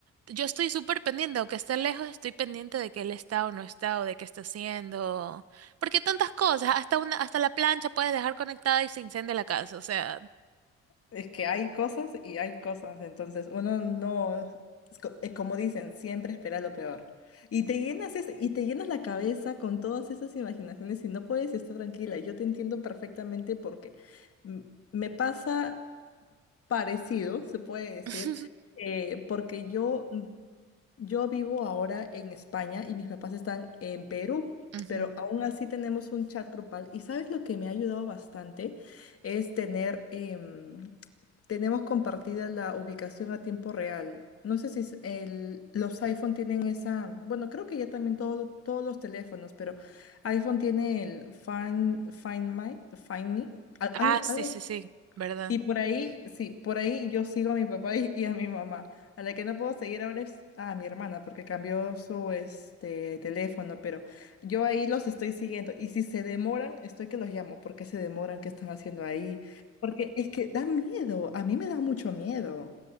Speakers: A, on the right; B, on the left.
A: yo estoy súper pendiente, aunque esté lejos, estoy pendiente de que él está o no está, o de qué está haciendo. Porque tantas cosas, hasta una, hasta la plancha puedes dejar conectada y se incendia la casa, o sea.
B: Es que hay cosas y hay cosas, entonces uno no, es co- es como dicen, siempre espera lo peor. Y te llenas es- y te llenas la cabeza con todas esas imaginaciones y no puedes estar tranquila. Yo te entiendo perfectamente porque mm, me pasa parecido, se puede decir,
A: <laughs>
B: eh, porque yo, yo vivo ahora en España y mis papás están en Perú,
A: Ujú.
B: pero aún así tenemos un chat grupal. Y sabes lo que me ha ayudado bastante es tener, em, tenemos compartida la ubicación a tiempo real. No sé si es el- los iPhone tienen esa, bueno, creo que ya también todo- todos los teléfonos, pero iPhone tiene el Find, Find My, Find Me, al-
A: Ah,
B: al-
A: sí,
B: algo
A: sí, sí, ¿verdad?
B: y por ahí, sí, por ahí yo sigo a mi papá y, y a mi mamá. A la que no puedo seguir ahora es a mi hermana, porque cambió su este teléfono, pero yo ahí los estoy siguiendo. Y si se demoran, estoy que los llamo. ¿Por qué se demoran? ¿Qué están haciendo ahí? Porque es que da miedo. A mí me da mucho miedo.